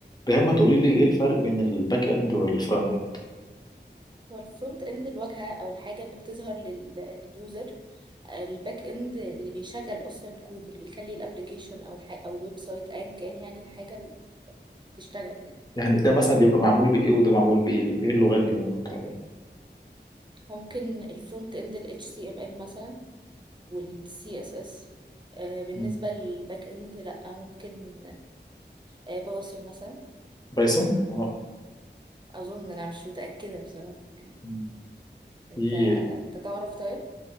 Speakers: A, on the left (about 20°); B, on the right (about 25°).
A: دايما تقولي لي ايه الفرق بين الباك اند والفرونت اند
B: هو الفرونت اند الواجهه او الحاجه اللي بتظهر لل- لليوزر الباك اند اللي بيشغل اصلا الكود اللي بيخلي الابلكيشن او الحاجة او الويب سايت ايا كان يعني الحاجه اللي تشتغل يعني
A: يعني ده مثلا بيبقى معمول بايه وده معمول بايه ايه اللغات اللي ممكن تعملها
B: ممكن الفرونت اند ال HTML مثلا وال CSS آه، بالنسبه
A: مم.
B: للباك اند لا ممكن آه، بايثون مثلا
A: بايثون اه
B: اظن انا مش متاكده بصراحه يعني
A: مم.
B: انت
A: في
B: انت تعرف طيب